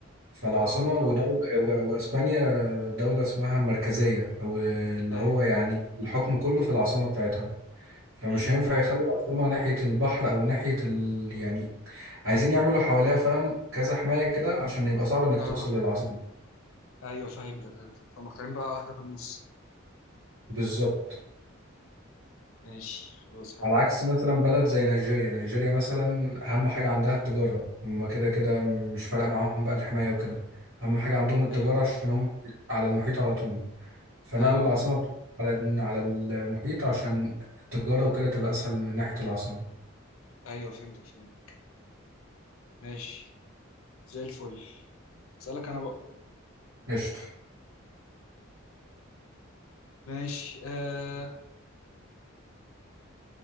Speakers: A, on the right; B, on the left.
A: فالعاصمة
B: اه الاطراف
A: ودولة و- واسبانيا دولة اسمها مركزية او اللي
B: ايوه
A: هو يعني الحكم كله في العاصمة بتاعتها فمش
B: امم
A: هينفع يخلوا العاصمة ناحية البحر او ناحية ال... يعني عايزين يعملوا حواليها فاهم كذا حماية كده عشان يبقى صعب انك
B: فاهمك
A: توصل للعاصمة
B: ايوه فهمتك فهمتك طب مختارين بقى واحده في النص
A: بالظبط
B: ماشي خلاص حلو
A: على عكس مثلا بلد زي نيجيريا نيجيريا مثلا اهم حاجة عندها التجارة هم كده كده مش فارقة معاهم بقى الحماية وكده اهم حاجة عندهم التجارة
B: ايوه
A: عشان هم على المحيط على طول فنقلوا
B: ايوه
A: العاصمة
B: ايوه
A: بت- على على المحيط عشان التجارة وكده تبقى اسهل من ناحية العاصمة
B: ايوه فهمتك فهمتك ماشي زي الفل اسالك انا بقى
A: قشطة
B: ماشي آه...